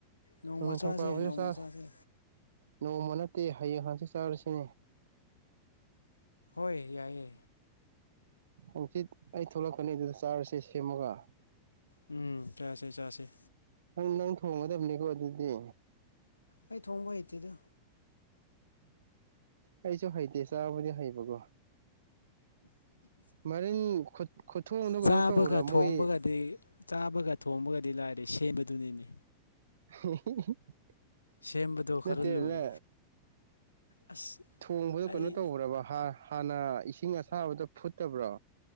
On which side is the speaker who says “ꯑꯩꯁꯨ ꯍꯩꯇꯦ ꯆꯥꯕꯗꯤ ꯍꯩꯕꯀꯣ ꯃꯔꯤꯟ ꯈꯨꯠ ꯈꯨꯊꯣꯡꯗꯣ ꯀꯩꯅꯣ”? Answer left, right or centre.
Right